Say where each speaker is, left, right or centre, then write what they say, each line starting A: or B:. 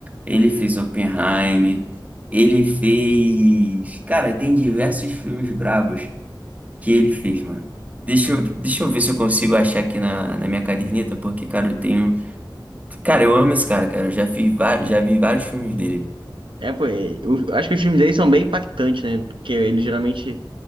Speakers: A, on the right; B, on the right.
A: ele fez Oppenheimer, ele fez. Cara, tem diversos filmes brabos que ele fez, mano. Deixa eu, deixa eu ver se eu consigo achar aqui na, na minha caderneta, porque, cara, eu tenho Cara, eu amo esse cara, cara. Eu já vi vários, já vi vários filmes dele.
B: É, pô, é, eu acho que os filmes dele são bem impactantes, né? Porque ele geralmente